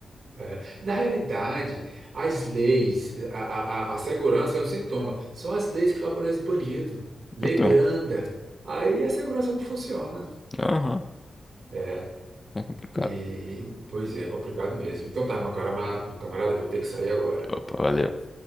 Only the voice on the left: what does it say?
Então,
aham,
é complicado.
Opa, valeu.